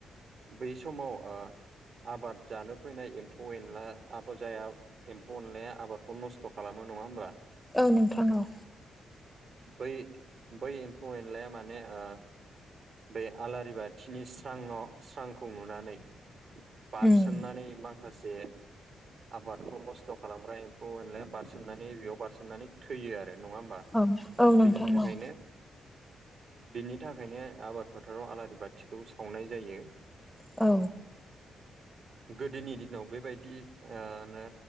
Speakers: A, on the right (about 60°); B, in the centre.
A: बै समाव ओ आबाद जानो फैनाय एम्फौ एनला <unintelligible> जायाव एम्फौ अनलाया आबादखौ नस्थ' खालामो नङा होमब्ला?
B: औ नोंथां औ।
A: बै -बै एम्फौ एनलाया माने ओ बे आलारि बाथिनि स्रांयाव स्रांखौ नुनानै बारसोमनानै
B: उम
A: माखासे आबादखौ नस्थ' खालामग्रा एम्फौ एनलाया बारसोमनानै बेयाव बारसोमनानै थैयो आरो नङा होमबा?
B: औ औ नोंथां
A: बिनि थाखायनो
B: औ
A: बेनि थाखायनो आबाद फोथाराव आलारि बाथिखौ सावनाय जायो।
B: औ।
A: गोदोनि दिनाव बेबायदि ओ नो